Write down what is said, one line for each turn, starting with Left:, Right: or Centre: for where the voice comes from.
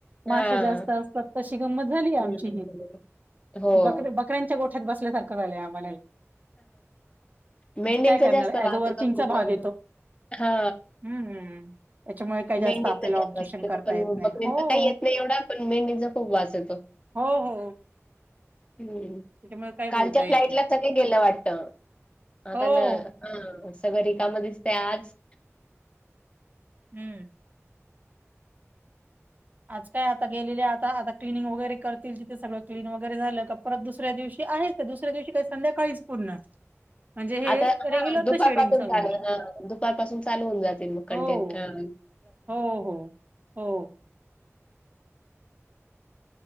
Left: हां.
Right: माशा जास्त असतात तशी गंमत झाली
Left: हं.
Right: आमची ही
Left: हो
Right: बक बकऱ्यांच्या गोठ्यात बसल्यासारखं झालंय आम्हाला
Left: मेंढींचा
Right: काय करणार
Left: जास्त
Right: ऍज
Left: वास
Right: अ वर्किंगचा
Left: येतो.
Right: भाग
Left: हा
Right: हम्म. त्याच्यामुळे काही जास्त
Left: मेंढचा
Right: आपल्याला
Left: दिस
Right: ऑब्जेक्शन
Left: असत
Right: करता
Left: पण
Right: येत नाही.
Left: बघ तर
Right: हो,
Left: काही येत नाही एवढा पण मेंढींचा खूप वास येतो.
Right: हो हो
Left: ह्
Right: त्याच्यामुळे काही बोलता
Left: कालच्या
Right: येत
Left: फ्लाइटला
Right: नाही.
Left: सगळे गेले वाटत आता
Right: हो.
Left: न हा सगळ रिकाम दिसते आज.
Right: हम्म आज काय आता गेलेले आता आता क्लनिंग वगैरे करतील तिथे सगळं क्लीन वगैरे झालं का परत दुसऱ्या दिवशी आहेच ते दुसऱ्या दिवशी कस संध्याकाळीच पूर्ण म्हणजे हे
Left: आता
Right: रेग्युलरच
Left: हा दुपार
Right: शेडिंग
Left: पासून चालू
Right: आहे.
Left: हा दुपारपासून चालू होऊन जातील मग कंटेंट
Right: हो,
Left: ह
Right: हो हो, हो